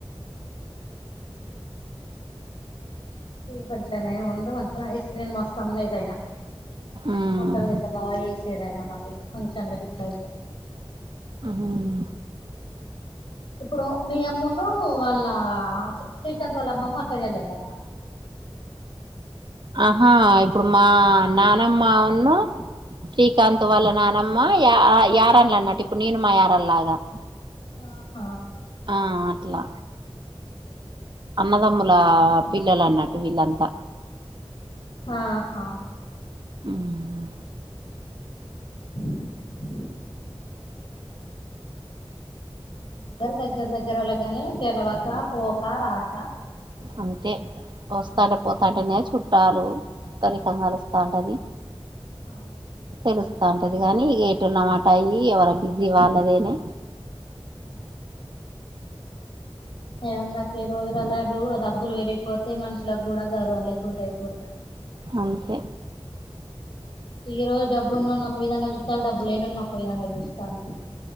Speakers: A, on the left; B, on the right.
A: మంచిగానె వుండు ఐస్ క్రీమ్ మస్త్ అమ్మేదయినా
B: ఉమ్
A: వంటల్ గట్లా బా చేసేదైనా మళ్ళీ ఫంక్షన్లకి ఇట్లయితే
B: ఊమ్
A: ఇప్పుడు మీ అమ్మును వాళ్ళ శ్రీకాంత్ వాళ్ళ అమ్మమ్మ అక్కజెళ్ళళ అట <inaudible>
B: ఆహా ఇప్పుడు మా నానమ్మ ఉన్ను శ్రీకాంత్ వాళ్ళ నానమ్మా యా యారన్లన్నట్ ఇప్పుడు నీను మా యారలాగా
A: ఆహా
B: ఆ అట్లా అన్నదమ్ములా పిల్లలు అన్నట్టు వీళ్ళంతా
A: ఆహా
B: హ్మ్.
A: <unintelligible> అందరు దగ్గర దగ్గర ఓలేగాని తెలవక పోక రాక
B: అంతే వస్తాంటే పోతాంటేనే చుట్టాలు చుట్టరికం గలుస్తాంటది
A: అవును
B: తెలుస్తాంటది గానీ ఇగే టున్నమాట అయి ఎవర బిజీ వాళ్ళదేనే
A: ఓ ఏముందక్క ఈ రోజులల డు డబ్బులు వెరిగిపోతే మనుషులకు గూడా గర్వం లేకుండా అయిపోతాంది
B: అంతే
A: ఇల రోజు డబ్బునోని ఒక విధంగా జూతలు డబ్బు లేనోని ఒక విధంగా చూస్తాళ్ళు